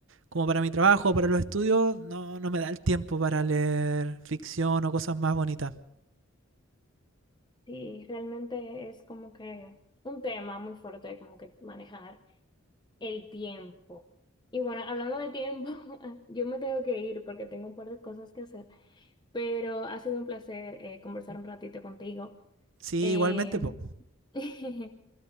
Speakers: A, on the right; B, on the left.
A: como para mi trabajo, para los estudios, no, no me da el tiempo para leer ficción o cosas más bonitas.
B: Sí, realmente es como que un tema muy fuerte como que manejar. el tiempo. Y bueno, hablando de tiempo, <laughs> yo me tengo que ir porque tengo un par de cosas que hacer, pero ha sido un placer eh, conversar un ratito contigo.
A: Sí,
B: Eh,
A: igualmente, pues.
B: <laughs>